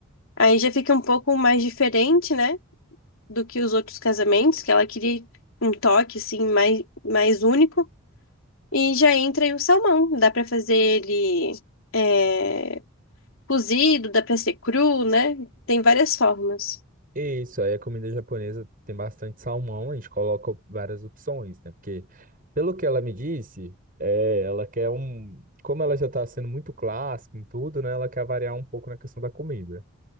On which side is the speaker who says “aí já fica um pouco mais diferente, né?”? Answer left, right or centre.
Left